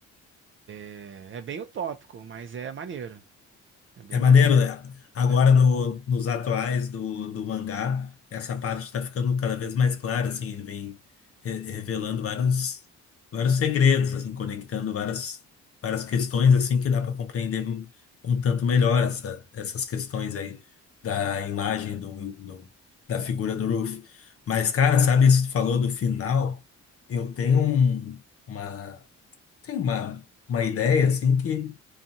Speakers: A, on the right; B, on the left.
A: é, é bem utópico, mas é maneiro. É bem
B: É maneiro,
A: maneiro.
B: né? Agora
A: É.
B: no- nos atuais do, do mangá, essa parte está ficando cada vez mais clara, assim, ele vem re- revelando vários, vários segredos, assim, conectando várias, várias questões, assim, que dá para compreender um, um tanto melhor essa, essas questões aí da imagem do, do- da figura do Ruffy. Mas, cara, sabe, isso que tu falou do final, eu tenho um- uma, tenho uma, uma ideia, assim, que